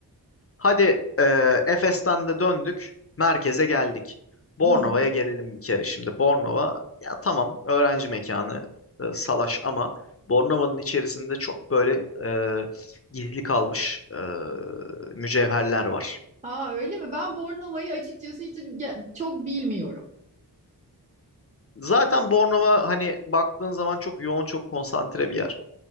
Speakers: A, on the left; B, on the right.
A: Hadi e, Efes'ten de döndük. Merkeze geldik. Bornova'ya
B: <laughs>
A: gelelim bir kere şimdi. Bornova ya tamam öğrenci mekanı e, salaş ama Bornova'nın içerisinde çok böyle e, gizli kalmış e, mücevherler var.
B: Aa öyle mi? Ben Bornova'yı açıkçası hiç ge- çok bilmiyorum.
A: Zaten Bornova hani baktığın zaman çok yoğun çok konsantre bir yer.